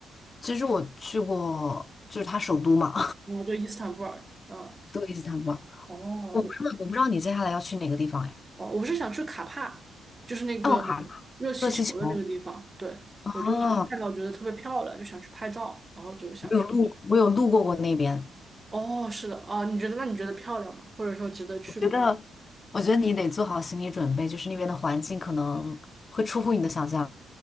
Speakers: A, on the left; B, on the right.
A: 其实我去过，就是它首都嘛，
B: 哦，对，伊斯坦布尔。嗯，
A: <laughs> 对，伊斯坦布尔。
B: 哦，
A: 我不知道，我不知道你接下来要去哪个地方哎？
B: 哦，我是想去卡帕，就是那个
A: 奥卡、
B: 热气球的那个地方。
A: 热气球
B: 对，
A: 啊，
B: 我就是看到觉得特别漂亮，就想去拍照，然后就想去。
A: 我有路，我有路过过那边。
B: 哦，是的，哦，你觉得那你觉得漂亮吗？或者说值得去吗？
A: 我觉得，我觉得你得做好心理准备，就是那边的环境可能会出乎你的想象。